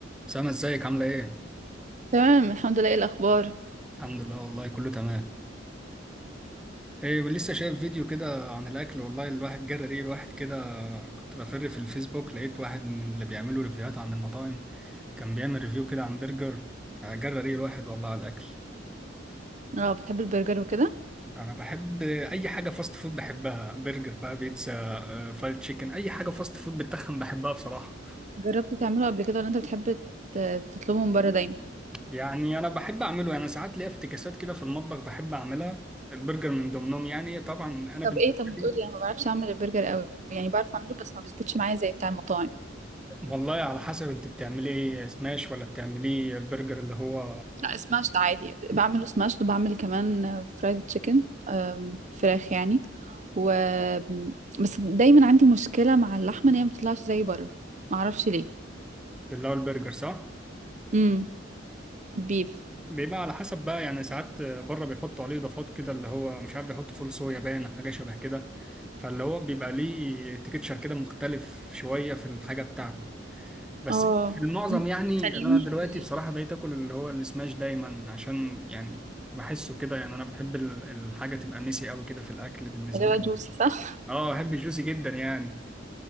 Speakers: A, in the centre; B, on the right.
A: سامة ازيك عاملة ايه؟
B: تمام الحمد لله ايه الاخبار
A: الحمد لله والله كله تمام ايه لسه شايف فيديو كده عن الاكل والله الواحد جرى ريه الواحد كده كنت بفر في الفيسبوك لقيت واحد من اللي بيعملوا ريفيوهات عن المطاعم كان بيعمل ريفيو كده عن برجر فجرى ريه الواحد والله على الاكل
B: اه بتحب البرجر وكده
A: انا بحب اي حاجة فاست فود بحبها برجر بقى بيتزا فرايد تشيكن اي حاجة فاست فود بتخن بحبها بصراحة
B: جربت تعمله قبل كده ولا انت بتحب ت- تطلبه من بره دايما
A: يعني انا بحب اعمله انا ساعات ليا افتكاسات كده في المطبخ بحب اعملها البرجر من ضمنهم يعني طبعا انا
B: طب
A: بالنسبة
B: ايه طب ما تقولي
A: لي
B: انا ما بعرفش اعمل البرجر قوي يعني بعرف اعمله بس ما بيظبطش معايا زي بتاع المطاعم
A: والله على حسب انت بتعملي ايه سماش ولا بتعملي البرجر اللي هو
B: لا سماشت عادي بعمله سماشت وبعمل كمان فرايد تشيكن أم، فراخ يعني و بس دايما عندي مشكله مع اللحمه ان هي ما بتطلعش زي بره ما اعرفش ليه
A: اللي هو البرجر صح؟
B: امم البيف
A: بيبقى على حسب بقى يعني ساعات بره بيحطوا عليه اضافات كده اللي هو مش عارف بيحطوا فول صويا باين حاجه شبه كده فاللي هو بيبقى ليه تكتشر كده مختلف شويه في الحاجه بتاعته بس
B: اه
A: في المعظم
B: مم،
A: يعني
B: بيخليه
A: انا دلوقتي بصراحه بقيت اكل اللي هو السماش دايما عشان يعني بحسه كده يعني انا بحب ال- الحاجه تبقى ميسي قوي كده في الاكل بالنسبه
B: اللي هو
A: لي
B: جوسي صح
A: اه بحب الجوسي جدا يعني